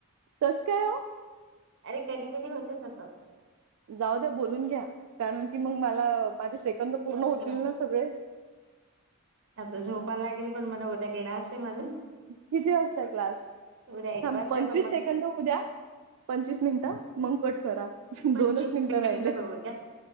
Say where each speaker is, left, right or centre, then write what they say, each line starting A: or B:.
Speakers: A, on the right; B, on the right.
A: कस काय ओ?
B: अरे कधी कधी होतं तसं.
A: जाऊ द्या बोलून घ्या, कारण की मग मला माझे सेकंद पूर्ण
B: वर
A: होतील
B: गेला
A: ना सगळे.
B: आता झोपा लागेल, पण मला उद्या क्लास आहे माझा.
A: किती वाजता हाय क्लास?
B: उद्या एक
A: थांब
B: वाजता
A: पंचवीस
B: आहे पण मग
A: सेकंद होऊ द्या. पंचवीस मिनिटं मग कट करा.
B: पंचवीस
A: दोनच मिनटं
B: सेकंद
A: राहिले.
B: होऊ द्या